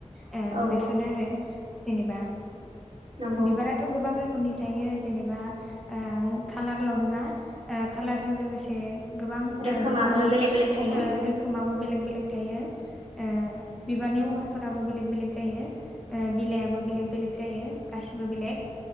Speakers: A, in the centre; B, on the right.
A: ओ
B: औ
A: बेफोरनो आरो जेनेबा
B: नंगौ
A: बिबारा थ' गोबां रोखोमनि थायो जेनेबा ओ खालारल' नङा ओ खालारजों लोगोसे गोबां
B: रोखोमाबो
A: ओ बिफांनि
B: बेलेग बेलेग थायो
A: ओ रोखोमाबो बेलेग बेलेग थायो। ओ बिबारनि महरफोराबो बेलेग बेलेग जायो। ओ बिलाइयाबो बेलेग बेलेग जायो गासिबो बेलेग